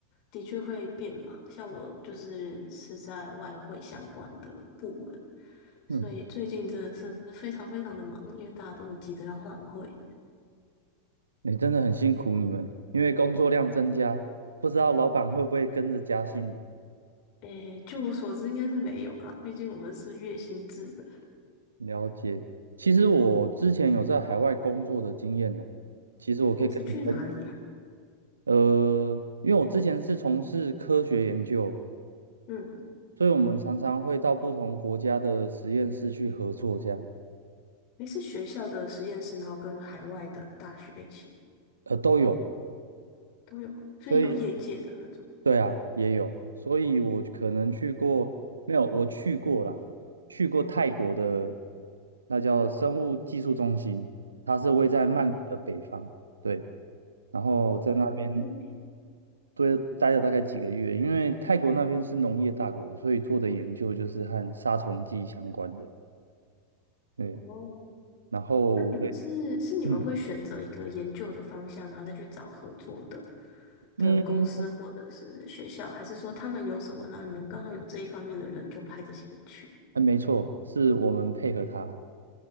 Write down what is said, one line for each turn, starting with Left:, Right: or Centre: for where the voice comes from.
Left: 的确会变忙。像我就是是在外汇相关的部门。
Right: 嗯，
Left: 所以最近真的是非常非常的忙，因为大家都急着要换汇。
Right: 你真的很辛苦你们，因为工作量增加，不知道老板会不会跟着加薪呢？
Left: 诶，就我所知应该是没有啦，毕竟我们是月薪制的。
Right: 了解。其实我之前有在海外工作的经验呢，其实我可以跟你分，
Left: 诶你是去哪里啊？
Right: 呃，因为我之前是从事科学研究，
Left: 嗯，
Right: 所以我们常常会到不同国家的实验室去合作，这样，
Left: 诶，是学校的实验室，然后跟海外的大学一起
Right: 呃，都有。
Left: 都有，所以也有业界的那种。
Right: 所以，对啊，也有。所以我可能去过，没有，我去过啦，去过泰国的，那叫生物技术中心，它是位在曼谷的北方，
Left: 嗯，
Right: 对。然后在那边
Left: 诶，很酷诶。
Right: 对，待了大概几个月，因为泰国那边是农业大国，所以做的研究就是和杀虫剂相关的。对，
Left: 哦，
Right: 然后我也
Left: 那你们是是你们会选择一个研究的方向，
Right: 嗯
Left: 然后再去找合作的
Right: 嗯，
Left: 的公司或者是学校，还是说他们有什么，然后你们刚好有这一方面的人就派这些人去？
Right: 哎没错，是我们配合他，